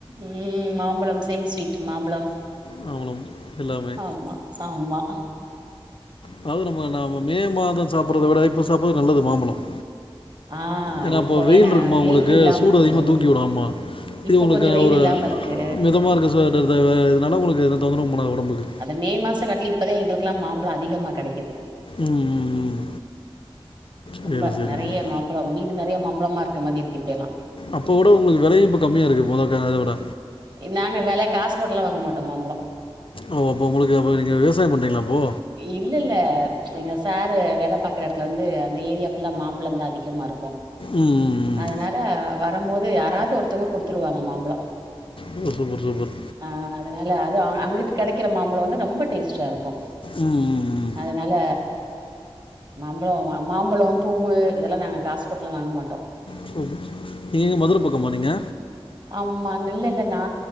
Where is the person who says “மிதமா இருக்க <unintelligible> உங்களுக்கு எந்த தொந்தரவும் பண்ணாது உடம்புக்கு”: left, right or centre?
Left